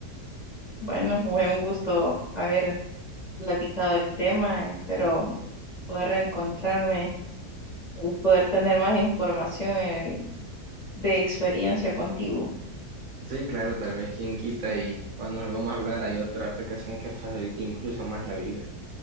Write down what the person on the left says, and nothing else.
Bueno, <laughs> fue un gusto haber platicado el tema, espero poder reencontrarme y poder tener más información eh, de experiencia contigo.